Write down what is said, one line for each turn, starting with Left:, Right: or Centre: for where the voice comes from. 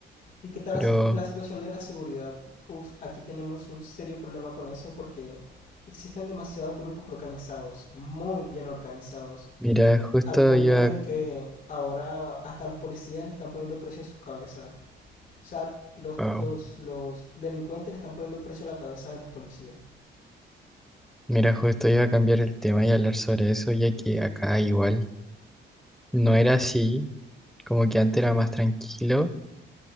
Left: ¿Y qué tal
Centre: Pero
Left: la, si- la situación de la seguridad? Uf, aquí tenemos un serio problema con eso porque existen demasiados grupos organizados, muy bien organizados,
Centre: mira, justo
Left: al punto
Centre: iba,
Left: en el que ahora hasta los policías le están poniendo precio a sus cabezas. O sea, los,
Centre: wow.
Left: los, los delincuentes le están poniendo precio a la cabeza de los policías.
Centre: Mira, justo iba a cambiar el tema y hablar sobre eso, ya que acá igual no era así, Como que antes era más tranquilo,